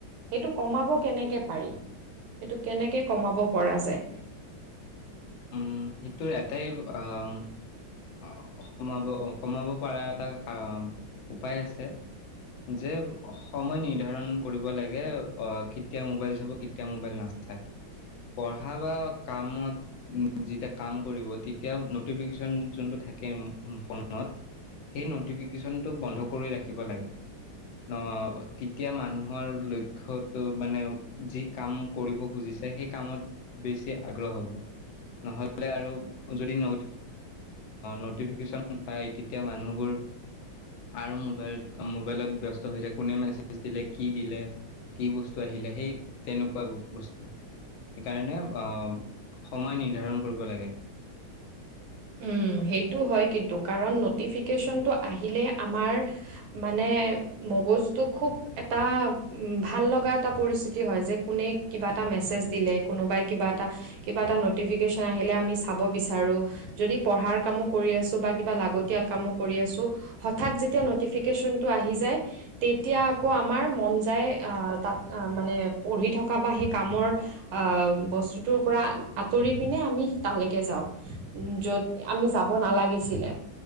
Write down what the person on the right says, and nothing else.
এইটো কমাব কেনে কে পাৰি সেইটো কেনেকে কমাব পৰা যায়।
উম সেইটো হয় কিন্তু কাৰণ নটিফিকেশচনটো আহিলে আমাৰ মানে মানে মগজু টো খুব এটা ভাল লগা এটা পৰিস্থিতি হয় যে কোনে কিবা মেচেজ দিলে কোনোাই কিবা এটা কিবা এটা নটিকেশন আহিলে আমি চাব বিচাৰো। যদি পঢ়াৰ কামো কৰি আছো বা কিবা লাগতিয়াল কামো কৰি আছো হঠাৎ যেতিয়া নটিফিকেচন টো আহি যায় তেতিয়া আকৌ আমাৰ মন যায় অ তাত মানে পঢ়ি থকা বা সেই কামৰ আহ বস্তুটোৰ পৰা আঁতৰি পিনে আমি তালৈকে যাওঁ। য'ত আমি যাব নালাগিছিলে।